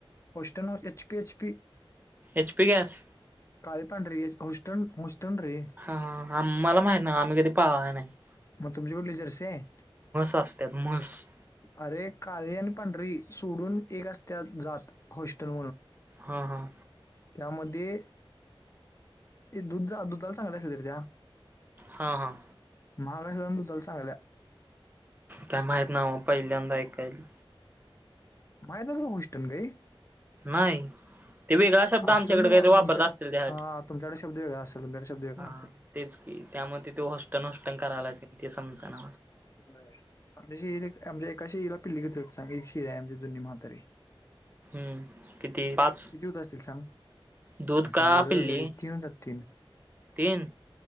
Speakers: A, on the left; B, on the right.
A: होस्टनो H P H P
B: H P gas
A: का पण रे हुस्टन हुस्टन रे
B: हा मला माहीत नाय आम्ही कधी पाळल्या नाहीत
A: मग तुमची कुठली जर्सी आहे.
B: असत्यात म्हस
A: अरे काळी आणि पांढरी सोडून एक असत्यात जात हॉस्टेल
B: हा हा
A: त्यामध्ये ते दुधा दुधाला चांगल्या तरी त्या
B: हां हां.
A: महाग <unintelligible> चांगल्या
B: काय माहित ना पहिल्यांदा ऐकायला
A: माहित नाय तुला हॉस्टन गाई
B: नाही. ते वेगळा शब्द आमच्याकडे
A: असेल तुला
B: काहीतरी वापरत
A: तुमच्या
B: असतील त्यासाठी
A: हा तुमच्याकडे शब्द वेगळा असेल तुमच्याकडे शब्द वेगळा
B: हा
A: असेल
B: तेच की त्यामध्ये ते हॉस्टन हॉस्टन करायला असेल ते समजना
A: व्हय. <unintelligible>
B: हम्म किती पाच
A: किती होत असतील सांग?
B: दूध का
A: एवढं
B: पिल्ली
A: <unintelligible> तीन होतात तीन
B: तीन.